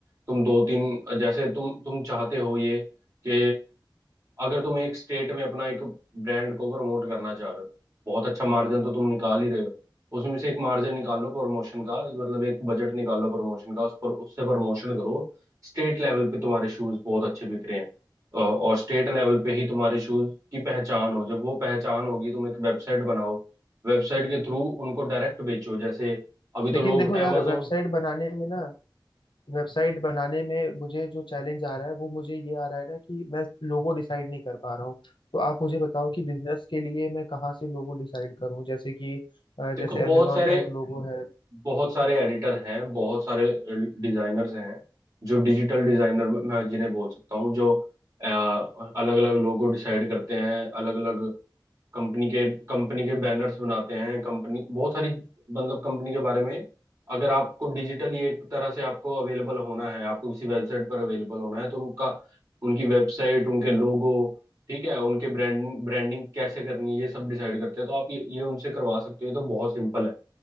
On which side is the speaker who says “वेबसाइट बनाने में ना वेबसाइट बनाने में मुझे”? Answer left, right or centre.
Left